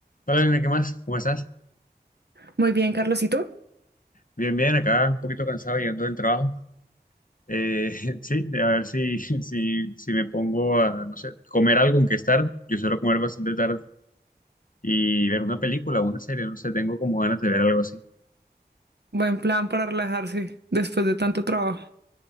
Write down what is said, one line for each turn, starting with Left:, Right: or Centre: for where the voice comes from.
Left: Hola, Elena, ¿qué más? ¿Cómo estás?
Right: Muy bien, Carlos, ¿y tú?
Left: Bien, bien, acá un poquito cansado llegando del trabajo. Eh, <laughs> sí, a ver si, <laughs> si, si me pongo a, no sé, comer algo, aunque es tarde. Yo suelo comer bastante tarde y ver una película o una serie, no sé, tengo como ganas de ver algo así.
Right: Buen plan para relajarse después de tanto trabajo.